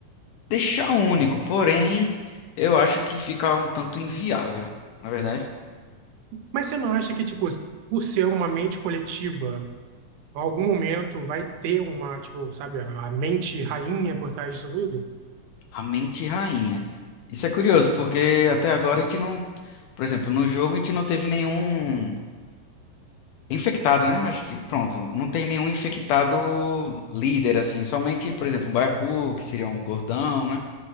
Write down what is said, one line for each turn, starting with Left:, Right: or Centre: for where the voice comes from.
Left: deixar único, porém, eu acho que fica um tanto inviável, na verdade.
Right: Mas você não acha que, tipo, por ser uma mente coletiva, Em algum momento vai ter uma, tipo, sabe, a a mente rainha por trás disso tudo.
Left: A mente rainha. Isso é curioso, porque até agora a gente não, por exemplo, no jogo a gente não teve nenhum infectado, né? Acho que, pronto, não tem nenhum infectado líder assim, somente, por exemplo, um baiacu, que seria um gordão, né?